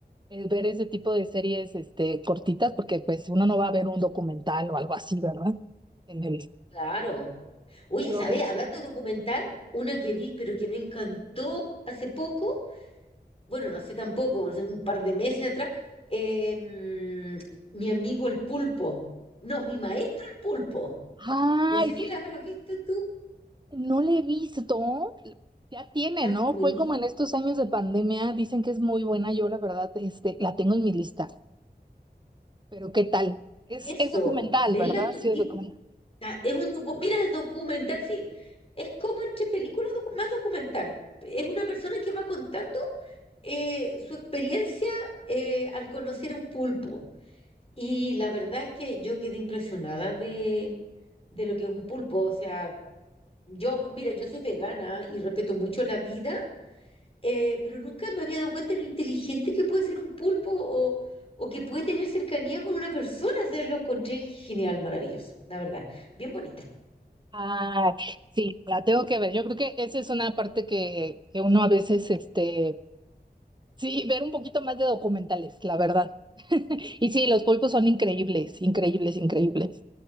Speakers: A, on the right; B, on the left.
A: eh, ver ese tipo de series, este, cortitas, porque pues uno no va a ver un documental o algo así, ¿verdad? En el-
B: Claro. Oye,
A: pero
B: ¿sabes?
A: es,
B: Hablando de documental, una que vi, pero que me encantó hace poco, bueno, no hace tampoco, hace un par de meses atrás, eh, mm, mi amigo el pulpo. No, mi maestro el pulpo.
A: ay,
B: No sé si la habrás visto tú.
A: no le he visto. Ya tiene,
B: Está
A: ¿no?
B: buenísimo.
A: Fue como en estos años de pandemia, dicen que es muy buena, yo la verdad, este, la tengo en mi lista, pero ¿qué tal? Es,
B: Eso,
A: es documental,
B: tenla
A: ¿verdad?
B: en tu
A: Sí,
B: lista.
A: es documental.
B: Es un docu- Mira, es documental, sí. Es como entre películas docu- más documental. Es una persona que va contando eh, su experiencia eh, al conocer a un pulpo. Y la verdad es que yo quedé impresionada de, de lo que es un pulpo. O sea, yo, mira, yo soy vegana y respeto mucho la vida, eh, pero nunca me había dado cuenta de lo inteligente que puede ser un pulpo o, o que puede tener cercanía con una persona. O sea, lo encontré genial, maravilloso, la verdad. Bien bonito.
A: Ah, sí, la tengo que ver. Yo creo que esa es una parte que, que uno a veces, este, sí, ver un poquito más de documentales, la verdad. <laughs> Y sí, los pulpos son increíbles, increíbles, increíbles.